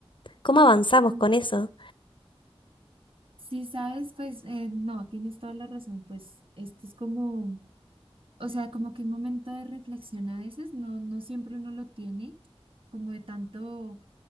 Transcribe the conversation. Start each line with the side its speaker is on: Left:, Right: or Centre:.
Left: ¿Cómo avanzamos
Right: sí,
Left: con eso?
Right: sí. Sí, sabes, pues eh, no, tienes toda la razón, pues esto es como, o sea, como que un momento de reflexión a veces, no, no siempre uno lo tiene, como de tanto